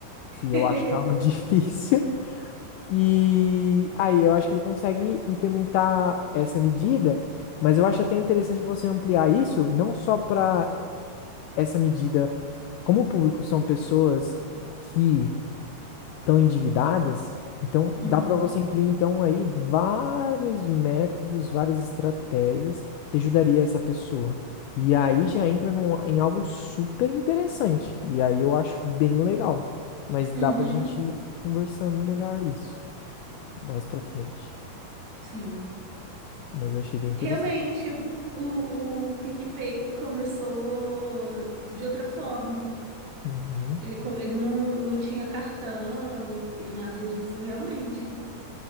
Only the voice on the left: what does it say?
que
eu acho que é algo <laughs> difícil. E aí eu acho que ele consegue implementar essa medida, mas eu acho até interessante você ampliar isso, não só para essa medida Como o público são pessoas que estão endividadas, então
dá para você incluir então aí vários métodos, várias estratégias que ajudaria essa pessoa. E aí já entra num- em algo super interessante. E aí eu acho bem legal. Mas dá
pra gente ir conversando melhor isso mais pra frente.
Mas eu achei bem interessante.
Uhum,